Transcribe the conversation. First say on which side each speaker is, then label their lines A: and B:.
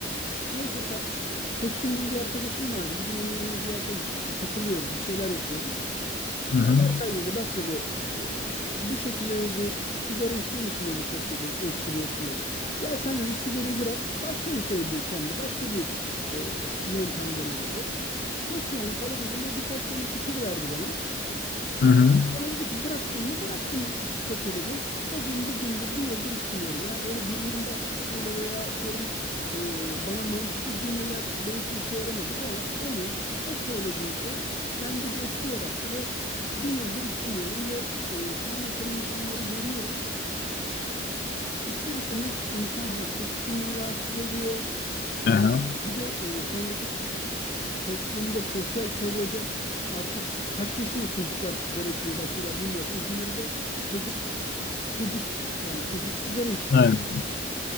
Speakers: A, on the left; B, on the left.
A: Neyse Se- Seçkin diye bir arkadaşım vardı. Bir gün onun yanına ziyarete gittim. İşte takılıyoruz, bir şeyler yapıyoruz.
B: Hı
A: Ya
B: hı.
A: Berkay dedi bak dedi e, bu şekilde dedi sigara içtiğin için dedi çok dedi öksürüyorsun dedi. Gel sen dedi sigarayı bırak başka bir şey bul kendi başka bir e, yöntem dene dedi. Nasıl yani falan dedim o birkaç tane fikir verdi bana.
B: Hı hı.
A: Sonra dedi ki bıraktın mı? Bıraktım Seço dedim. O gün bugündür bir yıldır içmiyorum. Yani öyle birinin baskısıyla veya atıyorum e, bana mantıklı cümleler belki işe yaramadı. O an onun o söylediği şey bende bir etki yarattı ve bir yıldır içmiyorum ve e, şu anda içen insanları görüyorum. İster istemez insan hani kokusundan rahatsız oluyor. Yani
B: Aha.
A: bir de e, şu andaki toplumda, sosyal çevrede artık kaç yaşında çocuklar sigara içmeye başlıyorlar bilmiyorum. İzmir'de çocuk çocuk yani çocuk sigara içiyor.
B: Aynen.